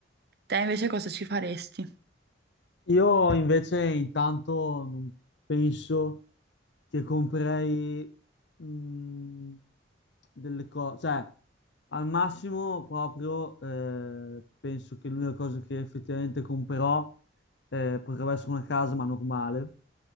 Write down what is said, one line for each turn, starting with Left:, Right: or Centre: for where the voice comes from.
Right: Te invece cosa ci faresti?
Left: Io invece intanto non penso che comprerei mh, delle cose, cioè al massimo proprio eh, penso che l'unica cosa che effettivamente comprerò eh, potrebbe essere una casa, ma normale,